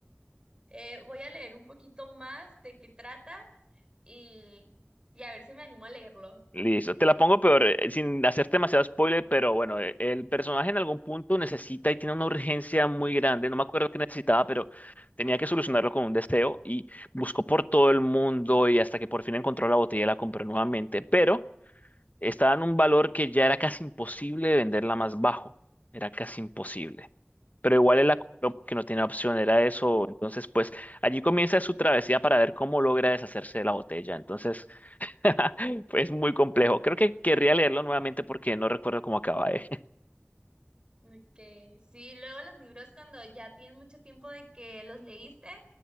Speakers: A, on the right (about 20°); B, on the left (about 35°).
A: Eh, voy a leer un poquito más de qué trata y, y a ver si me animo a leerlo.
B: Listo, te la pongo peor, eh, sin hacerte demasiado spoiler, pero bueno, eh, el personaje en algún punto necesita y tiene una urgencia muy grande, no me acuerdo qué necesitaba, pero tenía que solucionarlo con un deseo y buscó por todo el mundo y hasta que por fin encontró la botella y la compró nuevamente, pero estaba en un valor que ya era casi imposible de venderla más bajo, era casi imposible, pero igual él la compró porque no tenía opción, era eso, entonces pues allí comienza su travesía para ver cómo logra deshacerse de la botella, entonces... <laughs> Es muy complejo. Creo que querría leerlo nuevamente porque no recuerdo cómo acaba, ¿eh?
A: Ok, sí, luego los libros cuando ya tienes mucho tiempo de que los leíste,